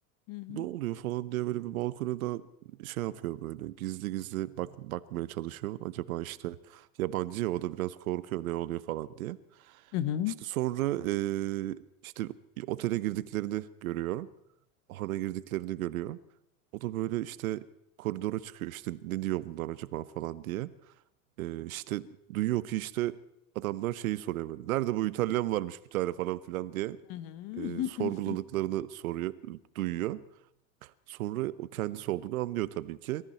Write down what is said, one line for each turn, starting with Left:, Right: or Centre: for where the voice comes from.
Left: Hı hı.
Right: Ne oluyor falan diye böyle bir balkona da şey yapıyor böyle gizli gizli bak bakmaya çalışıyor. Acaba işte yabancı ya o da biraz korkuyor ne oluyor falan diye.
Left: Hı hı.
Right: İşte sonra eee, işte otele girdiklerini görüyor. Ahana girdiklerini görüyor. O da böyle işte koridora çıkıyor işte ne diyor bunlar acaba falan diye. Eee işte duyuyor ki işte adamlar şeyi soruyor böyle. Nerede bu İtalyan varmış bir tane falan filan diye
Left: Hı hı.
Right: eee, sorguladıklarını
Left: Hı <laughs>
Right: soruyor, duyuyor. Sonra o kendisi olduğunu anlıyor tabii ki.